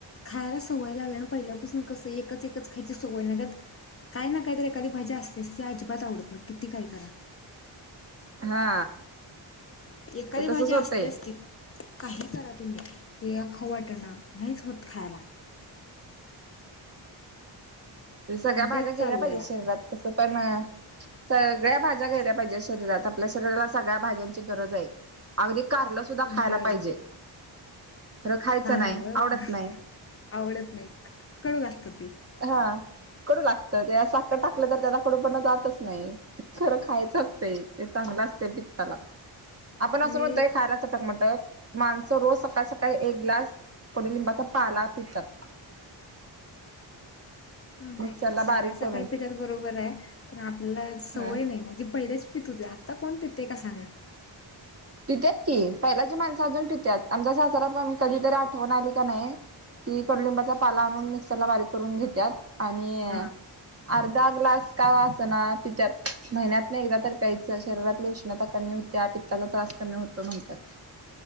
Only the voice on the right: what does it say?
हा
ते
तसच होतंय
तुझ्या सगळ्या
भाज्या
गेल्या पाहिजेत शरीरात तसं पण सगळ्या भाज्या घ्यायल्या पाहिजे शरीरात आपल्या शरीराला सगळ्या भाज्यांची गरज आहे अगदी कारलं सुद्धा खायला
पाहिजे खरं खायचं
नाही आवडत नाही
हा कडू लागत तेज्यात साखर टाकलं तर त्याचा कडू पना जातच नाही खरं खायचं असतय ते चांगलं असतय पित्ताला आपण असं
म्हणतोय खायला चटकमटक माणसं रोज सकाळ सकाळी एक ग्लास कोडुलिंबाचा पाला पितात
मिक्सरला
बारीक
करून
हा
पित्यात की पहिल्याची माणसं अजून पित्यात आमचा सासरा पण कधीतरी आठवण आली कनाय ते कडूलिंबाचा पाला आणून मिक्सरला बारीक करून घेत्यात आणि
अर्धा ग्लास का असना पित्यात महिन्यातन एकदा तर प्यायचं शरीरातल उष्णता कमी होत्या होत्या पित्ताचा त्रास कमी होतो म्हणतात